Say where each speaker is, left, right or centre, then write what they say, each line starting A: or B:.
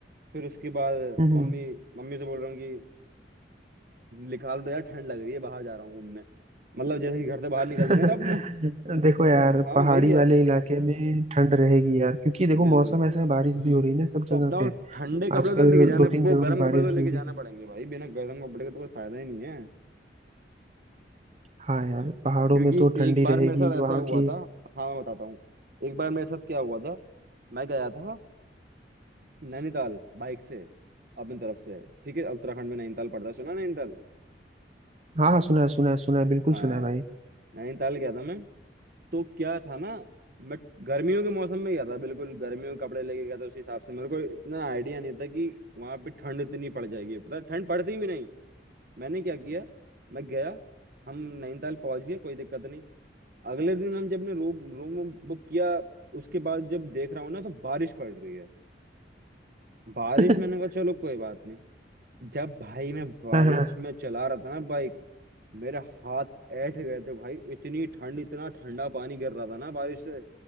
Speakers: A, on the right; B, on the right.
A: फिर उसके बाद
B: हम्म
A: मम्मी मम्मी से बोल रहा हूँ कि निकाल दो यार ठंड लग रही है बाहर जा रहा हूँ घूमने मतलब जैसे कि घर से बाहर
B: <laughs>
A: निकलते हैं ना अपना
B: देखो यार
A: हाँ
B: पहाड़ी
A: वही यार
B: वाले इलाके में ठंड रहेगी यार क्योंकि देखो
A: बिल्कुल
B: मौसम
A: भाई
B: ऐसा है बारिश भी हो रही है ना सब
A: तो
B: जगह
A: अपना
B: पे
A: ठंडे कपड़े
B: आजकल
A: तो लेके जाने
B: दो तीन जगहों
A: वो गर्म
B: पे बारिश
A: कपड़े तो
B: भी
A: लेके
B: हो रही
A: जाने
B: है
A: पड़ेंगे भाई बिना गर्म कपड़े के तो कोई फायदा ही नहीं है
B: हाँ यार पहाड़ों
A: क्योंकि
B: में तो ठंडी
A: एक बार
B: रहेगी
A: मेरे साथ ऐसा
B: वहाँ
A: हुआ
B: की
A: था हाँ मैं बताता हूँ एक बार मेरे साथ क्या हुआ था मैं गया था नैनीताल बाइक से अपनी तरफ से ठीक है उत्तराखंड में नैनीताल पड़ता है सुना नैनीताल
B: हाँ हाँ सुना है सुना है सुना है बिल्कुल
A: हाँ
B: सुना है भाई
A: नैनीताल गया था मैं तो क्या था ना मैं गर्मियों के मौसम में गया था बिल्कुल गर्मियों के कपड़े लेके गया था उस हिसाब से मेरे को इतना आइडिया नहीं था कि वहां पे ठंड इतनी पड़ जाएगी पता है, ठंड पड़ती भी नहीं मैंने क्या किया मैं गया हम नैनीताल पहुंच गए कोई दिक्कत नहीं अगले दिन हम जब ने रूम रूम बुक किया उसके बाद जब देख रहा हूँ ना तो बारिश पड़ रही है बारिश
B: <laughs>
A: मैंने कहा चलो कोई बात नहीं जब भाई मैं बारिश
B: हाँ हाँ
A: में चला रहा था ना बाइक मेरे हाथ ऐंठ गए थे भाई इतनी ठंड इतना ठंडा पानी गिर रहा था ना बारिश से